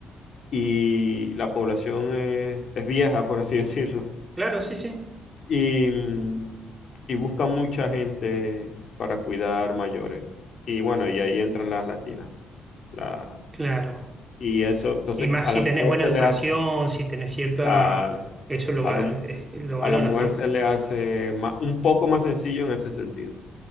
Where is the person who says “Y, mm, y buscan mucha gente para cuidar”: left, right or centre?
Left